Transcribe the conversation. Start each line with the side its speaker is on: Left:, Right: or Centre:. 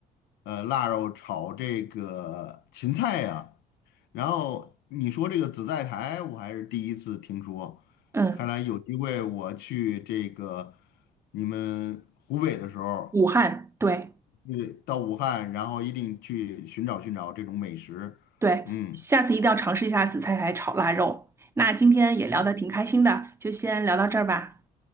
Left: 呃，腊肉炒这个芹菜呀、然后你说这个紫菜苔，我还是第一次听说，
Right: 嗯，
Left: 看来有机会我去这个你们湖北的时候，
Right: 武汉，对
Left: 对，到武汉，然后一定去寻找寻找这种美食。
Right: 对，
Left: 嗯，
Right: 下次一定要尝试一下紫菜苔炒腊肉。那今天也聊得挺开心的，
Left: 好
Right: 就先聊到这儿吧。